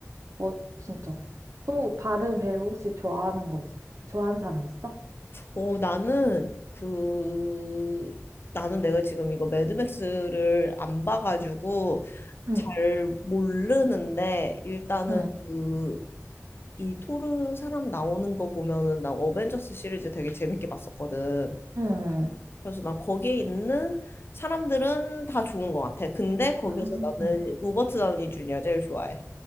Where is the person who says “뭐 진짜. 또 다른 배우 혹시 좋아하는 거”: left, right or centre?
Right